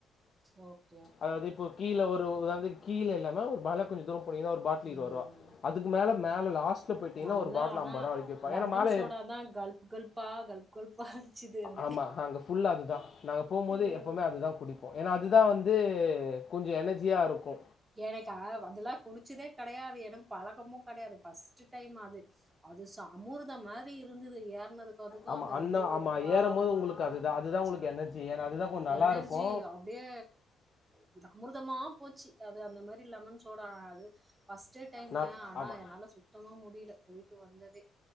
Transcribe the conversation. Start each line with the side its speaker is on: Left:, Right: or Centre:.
Right: ஓக்
Left: அதாவது இப்போ கீழ ஒரு வது கீழ இல்லாம ஒரு மல கொஞ்ச தூர போனீங்கன்னா ஒரு பாட்டிலு இருப
Right: ம்.
Left: ரூா அதுக்கு மேல
Right: ஆமா.
Left: மேல லாஸ்ட்ல போயிட்டீங்கன்னா
Right: நல்லா
Left: ஒரு பாட்டில்
Right: ஆனா
Left: ஐம்பது ரூபா வரைக்கு விப்பாங்க
Right: லெமன்
Left: ஏன மேல
Right: சோடா தான் கல்ப் கல்ப்பா, கல்ப் கல்ப்பா அடிச்சுது அங்க.
Left: ஆமா அங்க புல்ல அதுதா நாங்க போகும்போது
Right: ஐயோ!
Left: எப்பவுமே அது தா குடிப்போ ஏன்னா அதுதா வந்து கொஞ்ச எனர்ஜியா இருக்கு
Right: எனக்கு அது அதெல்லா குடிச்சதே கெடையாது எனக்கு பழக்கமு கெடையாது பஸ்ட்டு டைம் அது அது ச அமுர்த மாதிரி இருந்தது ஏறனதுக்கு கதுக்கு
Left: ஆமா
Right: அந்த அய்யோ
Left: ஆமா
Right: எப்பா
Left: ஏறும் போது உங்களுக்கு அதுதா அதுதா உங்களுக்கு
Right: ச
Left: எனர்ஜி ஏன்னா அதுதா கொஞ்ச நல்லா
Right: எனர்ஜி
Left: இருக்கு
Right: அப்டியே <unintelligible> அமுர்தமா போச்சு அது அந்த மாரி லெமன் சோடா அது ஃர்ஸ்ட்டு டைமு
Left: ந
Right: ஆனா
Left: ஆமா
Right: என்னால சுத்தமா முடியல போய்ட்டு வந்ததே